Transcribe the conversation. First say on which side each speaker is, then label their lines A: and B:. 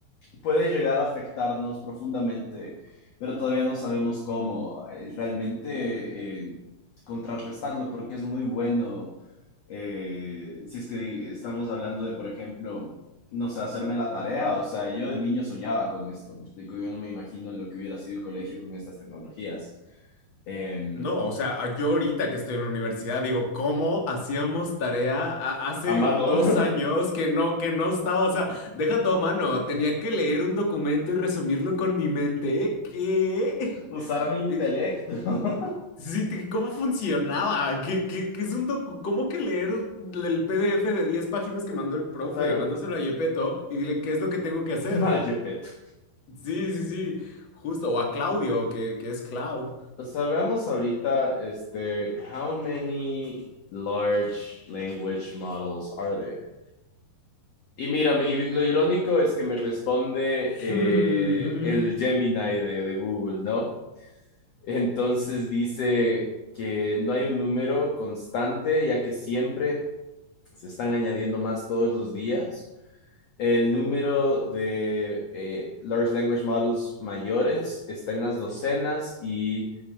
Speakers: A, on the left; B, on the left.
A: mm, puede llegar a afectarnos profundamente, pero todavía no sabemos cómo eh, realmente eh, contrarrestarlo, porque es muy bueno, eh, si es que estamos hablando de, por ejemplo, no sé, hacerme la tarea, o sea, yo de niño soñaba con esto, me explico, yo no me imagino lo que hubiera sido el colegio con estas tecnologías. Em,
B: No, o sea, a- yo ahorita que estoy en la universidad digo, ¿cómo hacíamos tarea a- hace
A: a mano.
B: dos
A: <laughs>
B: años que no, que no estaba? O sea, deja todo a mano, tenía que leer un documento y resumirlo con mi mente. ¿Qué?
A: Usar mi intelecto.
B: Eh,
A: <laughs>
B: Sí, te- ¿cómo funcionaba? ¿Qué, qué- qué es un docu- ¿Cómo que leer el PDF de 10 páginas que mandó el profe?
A: Claro,
B: Mándaselo a Yepeto y dile qué es lo que tengo que hacer.
A: <laughs> vaya peto.
B: Sí, sí, sí, justo. O a Claudio, que, que es Cloud.
A: Sabemos ahorita, este, how many large language models are there? Y mira, y lo irónico es que me responde
B: <laughs>
A: eh, el Gemini de, de Google, ¿no? Entonces dice que no hay un número constante, ya que siempre se están añadiendo más todos los días. El número de eh, large language models mayores está en las docenas y